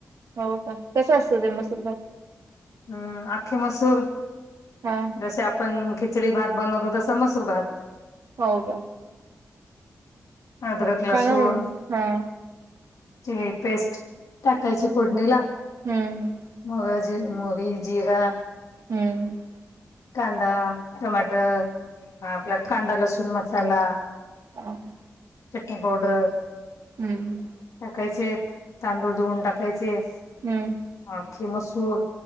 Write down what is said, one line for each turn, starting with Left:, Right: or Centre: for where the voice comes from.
Right: हो का, कसं असतं ते मसूर भात.
Left: हम्म, आखी मसूर
Right: हा
Left: जैसे आप आप ''--'' आपण खिचडी भात बनवतो तसं मसूर भात.
Right: हो का, हम्म
Left: अद्क लसूून.
Right: सांगा मला मग. हा
Left: ची पेस्ट टाकायची फोडणीला.
Right: हम्म,
Left: मुग ज मोगरी जिरा.
Right: हम्म,
Left: कांदा टमाटर आपला कांदा लसूण मसाला.
Right: ह <inaudible>
Left: चटनी पावडर
Right: हम्म.
Left: टाकायचे, तांदूळ धुवून टाकायचे.
Right: हम्म.
Left: आखी मसूर